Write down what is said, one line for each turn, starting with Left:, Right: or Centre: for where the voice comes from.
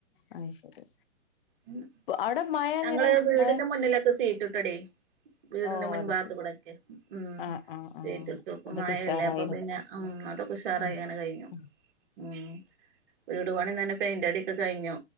Left: അത് ശരി
Right: ഉം
Left: അവിടെ മഴ
Right: ഞങ്ങള്
Left: എങ്ങനെ
Right: വീടിന്റെ
Left: മഴ
Right: മുന്നിലൊക്കെ സീറ്റ് ഇട്ടോടി വീടിന്റെ
Left: ഓ
Right: മുൻ
Left: അത്
Right: ഭാഗത്ത്
Left: ശരി
Right: കൂടൊക്കെ ഉം
Left: ആഹ് ആഹ്
Right: ഷിറ്റ്ട്ടു,
Left: ആഹ്
Right: ഇപ്പൊമഴയല്ലേ
Left: അതൊക്കെ ഉഷാറായില്ലേ
Right: അപ്പപ്പിന്നെ ഉം അതൊഉഷാർ
Left: ഉം
Right: അങ്ങനെ കഴിഞ്ഞു
Left: ഉം
Right: ഉം വീട്പണ്ണിതന്നെ പെയിന്റ് അടിയൊക്കെ കഴിഞ്ഞു